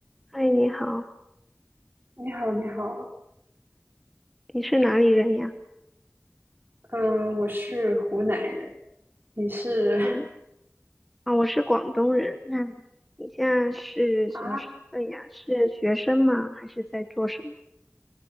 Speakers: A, in the centre; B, on the right.
A: 嗨，你好，
B: 你好，你好，
A: 你是哪里人呀？
B: 嗯，我是湖南人，你是
A: 嗯啊，我是广东人。那你现在是什么身份呀？
B: <laughs> 啊？
A: 是学生吗？还是在做什么？